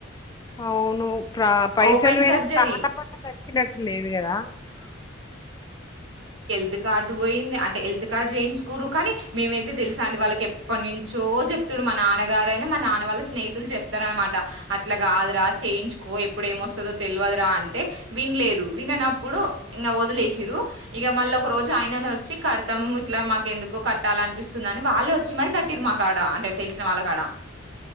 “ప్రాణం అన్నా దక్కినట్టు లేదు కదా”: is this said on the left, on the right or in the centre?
Left